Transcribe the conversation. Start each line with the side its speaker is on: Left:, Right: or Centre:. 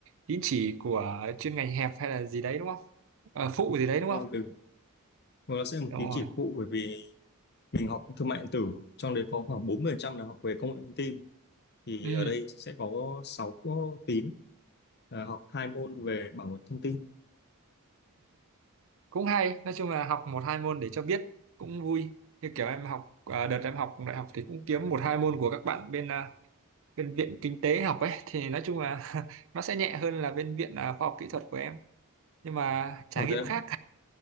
Right: tín chỉ của chuyên ngành hẹp hay là gì đấy đúng không Ờ, phụ gì đấy đúng
Left: còn
Right: không
Left: về- còn nó sẽ là một
Right: đúng
Left: tín
Right: rồi
Left: chỉ phụ bởi vì mình học thương mại điện tử trong đấy có khoảng 40% là học về công nghệ thông tin thì
Right: ừ,
Left: ở đây sẽ có 6 tín là học hai môn về bảo mật thông tin
Right: cũng hay nói chung là học một hai môn để cho biết cũng vui như kiểu em học à, đợt em học đại học thì cũng kiếm một hai môn của các bạn bên à, bên viện kinh tế học ấy thì nói chung là <laughs> nó sẽ nhẹ hơn là bên viện à, khoa học kỹ thuật của em nhưng mà trải
Left: có
Right: nghiệm
Left: thế,
Right: khác